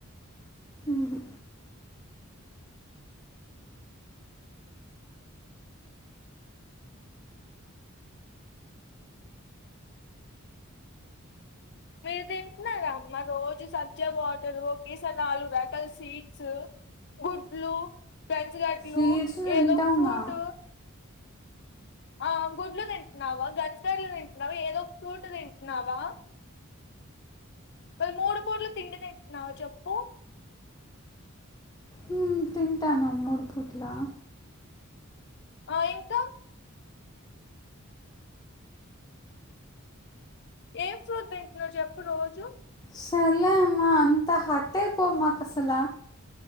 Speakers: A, on the left; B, on the left.
A: మ్ హు
B: మీరు తింటున్నారమ్మా రోజు సజ్జా వాటరు ఒకేసారి నాలుగు రకాల సీడ్స్ గుడ్లు పెసరట్లు
A: స్వీట్స్ తింటాంగా
B: ఏదో ఒక ఫ్రూట్ ఆ గుడ్లు తింటున్నావా గంజకాయలు తింటున్నావా ఏదో ఒక ఫ్రూట్ తింటున్నావా వాళ్ళ మూడు పూట్లూ తిండితింటున్నావు చెప్పు
A: "మ్మ్, తింటాను మూడు పూట్లా
B: ఆ ఇంకా ఏం ఫ్రూట్ తింటున్నావు చెప్పు రోజు
A: సర్లే అమ్మా అంతా హార్ట్ అయిపోమాకు అసల